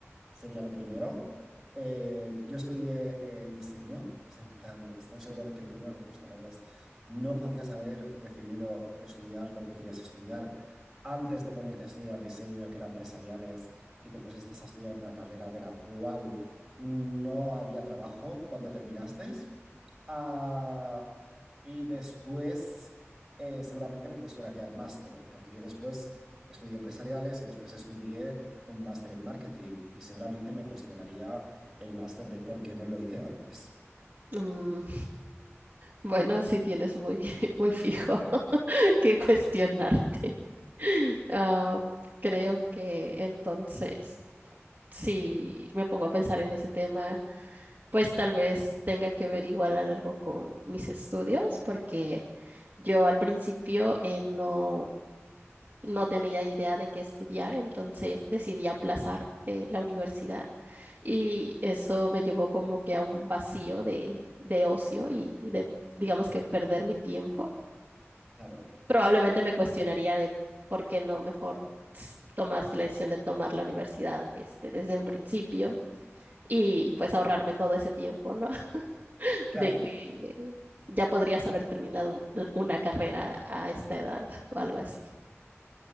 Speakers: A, in the centre; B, on the right.
A: sería lo primero. Eh, yo estudié eh, diseño. <laughs> O sea, en plan, estoy seguro de que lo primero que me cuestionaría es, no podías haber decidido estudiar lo que querías estudiar antes de ponerte a estudiar diseño, que era empresariales, y te pusiste a estudiar una carrera de la cual no había trabajo cuando terminaste. Ah, y después eh, seguramente me cuestionaría el máster, porque yo después estudié empresariales y después estudié un máster en marketing y seguramente me cuestionaría el máster de por qué no lo hice antes.
B: mm, Bueno, sí tienes muy, <laughs> muy fijo <laughs> que cuestionarte. Ah, creo que entonces, si me pongo a pensar en ese tema, pues tal vez tenga que ver igual algo con mis estudios, porque yo al principio eh, no no tenía idea de qué estudiar, entonces decidí aplazar eh, la universidad y eso me llevó como que a un vacío de, de ocio y de, digamos que perder mi tiempo.
A: Claro,
B: Probablemente me cuestionaría de por qué no mejor ts- tomaste la decisión de tomar la universidad este, desde un principio y pues ahorrarme todo ese tiempo, ¿no? <laughs>
A: claro,
B: De que ya podrías haber terminado un- una carrera a esta edad <laughs> o algo así.